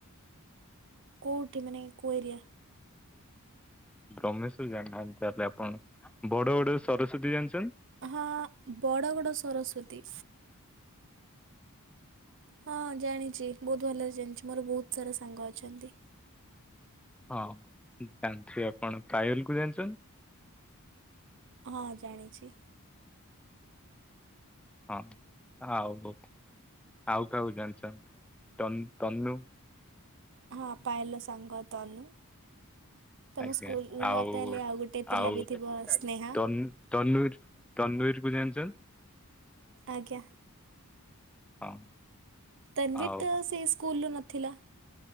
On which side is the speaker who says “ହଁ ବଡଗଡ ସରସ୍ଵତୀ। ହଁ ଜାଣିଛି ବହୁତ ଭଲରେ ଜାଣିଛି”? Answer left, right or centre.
Right